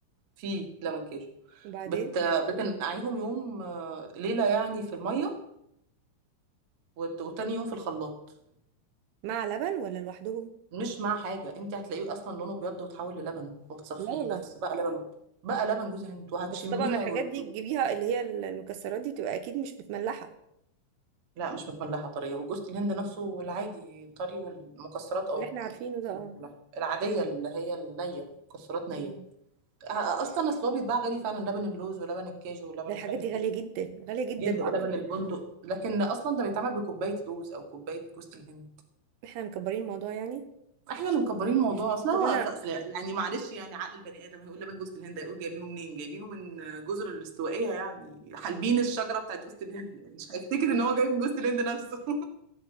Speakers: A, on the right (about 60°); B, on the right (about 75°).
A: في لبن كاجو
B: وبعدين
A: بت... بتنقعيهم يوم آه، ليلة يعني في المية وت... وتاني يوم في الخلاط
B: مع لبن ولا لوحدهم
A: مش مع حاجة انت هتلاقيه اصلا لونه بيض وتحول للبن وهتصفيه
B: لا والله
A: بس بقى لبن بقى لبن جوز هند وهتشميها
B: بس طبعا الحاجات
A: وت...
B: دي تجيبيها اللي هي المكسرات دي تبقى اكيد مش متملحه
A: لا مش متملحة طرية وجوز الهند نفسه العادي طري والمكسرات اه
B: اللي احنا عارفينه ده اه
A: متملحة. العادية اللي هي النية مكسرات
B: مم.
A: نية ه- اصلا اصل هو بيتباع غالي فعلا لبن اللوز ولبن الكاجو ولبن
B: ده الحاجات
A: الحاجات
B: دي
A: دي
B: غاليه جدا غاليه جدا
A: جد ولبن
B: معرفش
A: البندق لكن اصلا ده بيتعمل بكوباية لوز او كوباية جوز الهند
B: احنا مكبرين الموضوع يعني
A: احنا اللي مكبرين الموضوع اصل هو
B: طب انا
A: أصل يعني معلش يعني عقل البني ادم هيقول لبان جوز الهند هيقول جايبينه منين جايبينه من جزر الاستوائيه يعني حالبين الشجره بتاعت جوز الهند يعني مش هيفتكر ان هو جاي من جوز الهند نفسه